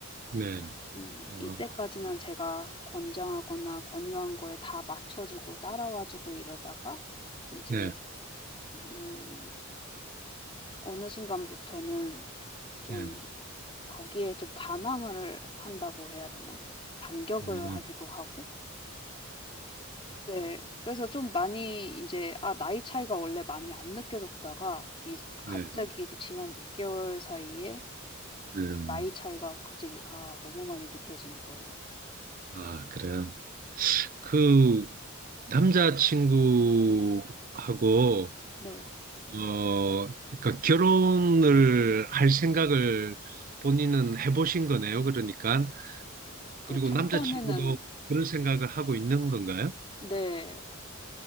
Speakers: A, on the right; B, on the left.
A: 네.
B: 음,
A: 어,
B: 이때까지는 제가 권장하거나 권유한 거에 다 맞춰주고 따라와주고 이러다가 이제
A: 네,
B: 음, 어느 순간부터는 좀
A: 네,
B: 거기에 좀 반항을 한다고 해야 되나? 반격을
A: 네,
B: 하기도 하고. 네. 그래서 좀 많이 이제 아 나이 차이가 원래 많이 안 느껴졌다가 이
A: 네.
B: 갑자기
A: 네.
B: 그 지난 6 개월 사이에
A: 음.
B: 나이 차이가 갑자기 아 너무 많이 느껴지는 거예요.
A: 아, 그래요. 그 남자친구하고
B: 네.
A: 어, 그러니까 결혼을 할 생각을 본인은 해보신 거네요. 그러니까. 그리고
B: 네 초반에는
A: 남자친구도 그런 생각을 하고 있는 건가요?
B: 네.